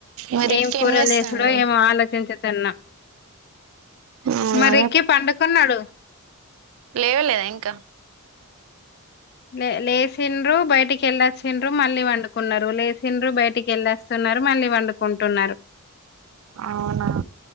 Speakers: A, on the right; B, on the left.
A: మరి
B: ఏం
A: అక్క
B: కూరల్
A: చేస్తుండు
B: చేసుడో ఏమో ఆలోచించ దన్నా
A: అవునా
B: మ రిక్కీ పండుకున్నాడు
A: లేవ లేదా ఇంకా
B: లే లేచిండ్రు బయటికి వెళ్ళచ్చిండ్రు మళ్ళీ వండుకున్నారు లేచిండ్రు బయటికి వెళ్ళేస్తున్నారు నరు మళ్ళీ పండుకుంటున్నారు
A: అవునా